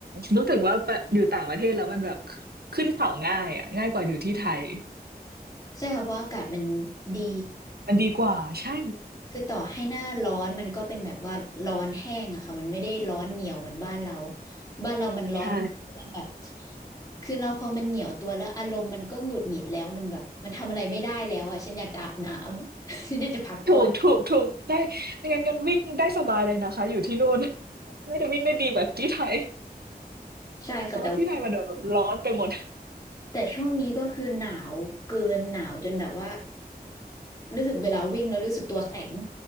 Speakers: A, on the right; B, on the left.
A: รู้สึกว่าไปอยู่ต่างประเทศแล้วมันแบบขึ้นเขาง่ายอ่ะง่ายกว่าอยู่ที่ไทย
B: ใช่ค่ะเพราะอากาศมันดี
A: มันดีกว่าใช่
B: คือต่อให้หน้าร้อนมันก็เป็นแบบว่าร้อนแห้งอะค่ะมันไม่ได้ร้อนเหนียวเหมือนบ้านเราบ้านเรามันร้อน
A: ใช่
B: มันแบบคือเราพอมันเหนียวตัวแล้วอารมณ์มันก็หงุดหงิดแล้วมันแบบมันทำอะไรไม่ได้แล้วอะฉันอยากจะอาบน้ำ <laughs> ฉันอยากจะพักผ่อน
A: ถูกถูกถูกได้ไม่งั้นกันวิ่งได้สบายเลยนะคะอยู่ที่นู่นน่าจะวิ่งได้ดีกว่าที่ไทย
B: ใช่ค่ะแต่ว่า
A: เพราะว่าที่ไทยมันแบบร้อนไปหมด
B: แต่ช่วงนี้ก็คือหนาวเกินหนาวจนแบบว่ารู้สึกเวลาวิ่งแล้วรู้สึกตัวแข็ง